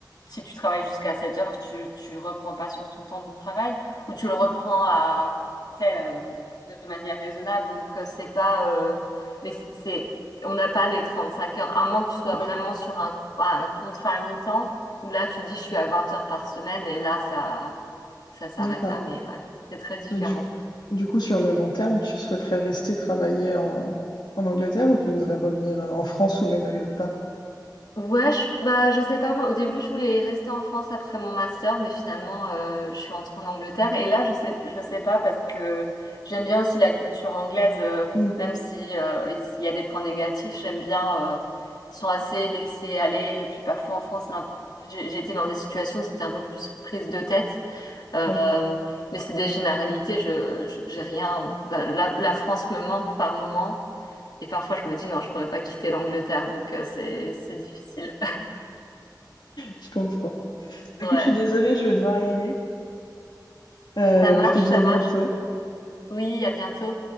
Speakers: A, on the left (about 65°); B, on the left (about 75°).
A: si tu travailles jusqu'à sept heures tu, tu reprends pas sur ton temps de travail ou tu le reprends à... tu sais, euh, de manière raisonnable. Donc euh, c'est pas... euh, mais c'est, on n'a pas les 35 heures, à moins que tu sois vraiment
B: ouais,
A: sur un, un contrat à mi-temps, où là, tu dis, je suis à 20 heures par semaine, et là, ça, ça s'arrête
B: d'accord.
A: là, mais ouais, c'est très différent.
B: Mais du, du coup, sur le long terme, tu souhaiterais rester travailler en, en Angleterre ou tu voudrais revenir euh, en France ou même aller autre part?
A: Ouais, je, bah, je sais pas, moi, au début, je voulais rester en France après mon master, mais finalement, euh, je suis rentrée en Angleterre. Et là, je sais, je sais pas parce que j'aime bien aussi la culture anglaise, euh,
B: Mm.
A: même si, euh, il y a des points négatifs, j'aime bien, euh, ils sont assez laissés aller. Et puis parfois en France, c'est un- j'ai j'ai été dans des situations où c'était un peu plus prise de tête, euh,
B: Ouais,
A: mais c'est des généralités, je, je- j'ai rien. La, la- la France me manque par moment. Et parfois, je me dis, non, je pourrais pas quitter l'Angleterre, donc euh, c'est c'est difficile.
B: je comprends. Écoute,
A: Ouais.
B: je suis désolée, je vais devoir y aller. Euh,
A: Ça marche,
B: je te dis
A: ça
B: à bientôt.
A: marche. Oui, à bientôt.